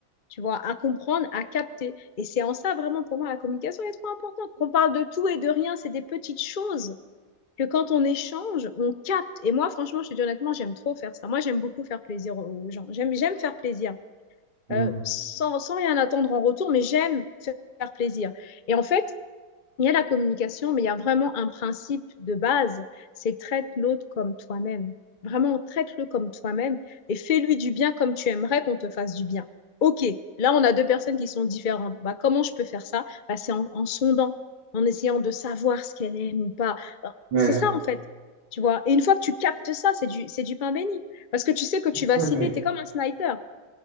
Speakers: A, on the left; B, on the right.
A: tu vois à comprendre à capter et c'est en ça vraiment pour moi la communication est trop importante qu'on parle de tout et de rien c'est des petites choses que quand on échange, on capte. Et moi, franchement, je te dis honnêtement, j'aime trop faire ça. Moi, j'aime beaucoup faire plaisir aux gens. J'aime, j'aime faire plaisir
B: Mhm.
A: euh, sans, sans rien attendre en retour, mais j'aime faire plaisir. Et en fait, il y a la communication, mais il y a vraiment un principe de base, c'est traite l'autre comme toi-même. Vraiment, traite-le comme toi-même et fais-lui du bien comme tu aimerais qu'on te fasse du bien. OK, là, on a deux personnes qui sont différentes. Bah, comment je peux faire ça bah, C'est en, en sondant, en essayant de savoir ce qu'elle aime ou pas. Alors,
B: Ouais.
A: C'est ça, en fait. Tu vois Et une fois que tu captes ça, c'est du, c'est du pain béni. Parce que tu sais que tu vas
B: Ouais,
A: cibler,
B: ouais.
A: tu es comme un sniper.